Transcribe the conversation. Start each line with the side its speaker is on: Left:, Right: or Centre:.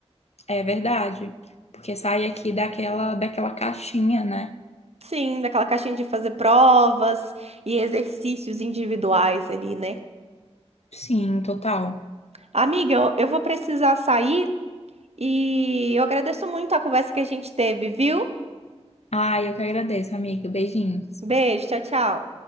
Left: É verdade, porque sai aqui daquela daquela caixinha, né?
Right: Sim, daquela caixinha de fazer provas e exercícios individuais ali, né?
Left: Sim, total.
Right: Amiga, eu eu vou precisar sair e eu agradeço muito a conversa que a gente teve, viu?
Left: Ai, eu que agradeço, amiga. Beijinhos.
Right: Beijo, tchau, tchau.